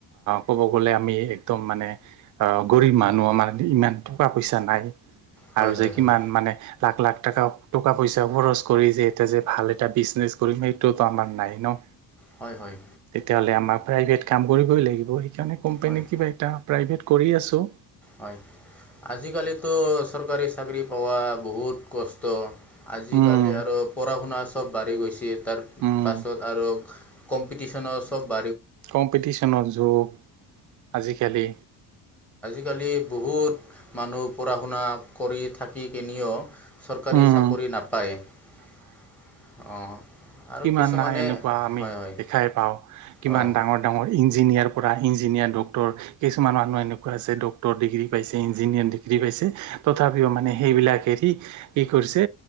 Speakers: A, on the right; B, in the centre.
A: ক'ব গ'লে আমি একদম ম মানে অ গৰীব মানুহ আমাৰ ইমান টকা পইচা নাই।
B: হয়
A: আৰু
B: হয়
A: যে কিমান
B: হয়
A: মানে লাখ লাখ টকা টকা পইচা খৰচ কৰি যে এটা যে ভাল এটা বিজনেছ পৰিমটোতো আাৰ নাই ন
B: হয় হয়
A: তেতিয়াহ'লে আমাৰ প্ৰাইভেট কাম কৰিবই লাগিব সেইকাৰণে কোম্পানীয়ে
B: হয়
A: কিবা এটা প্ৰাইভেট কৰি আছো
B: হয় আজিকালিতো চৰকাৰী চাকৰি পোৱা বহুত কষ্ট আজিকালি
A: উম
B: আৰু পঢ়া শুনা চব বাঢ়ি গৈছে, তাৰ
A: উম
B: পাছত আৰু কম্পিটিশ্যনৰ চব <unintelligible>
A: কম্পিটিশ্যনৰ যুগ আজিকালি
B: <unintelligible> <unintelligible> সেই বহুত মানুহ পঢ়া শুনা কৰি থাকি কিনিয় চৰকাৰী
A: উম
B: চাকৰি নাপায় অঁ আৰু
A: কিমান
B: কিছুমানে
A: নাই এনেকুৱা আমি
B: হয় হয়
A: দেখাই পাওঁ কিমান
B: অঁ
A: ডাঙৰ ডাঙৰ ইঞ্জিনিয়াৰ পৰা ইঞ্জিনিয়াৰ, ডক্টৰ কিছুমান মানুহ এনেকুৱা আছে ডক্টৰ ডিগ্ৰী পাইছে ইঞ্জিনিয়াৰ ডিগ্ৰী পাইছে তথাপিও মানে সেইবিলাক এৰি কি কৰিছে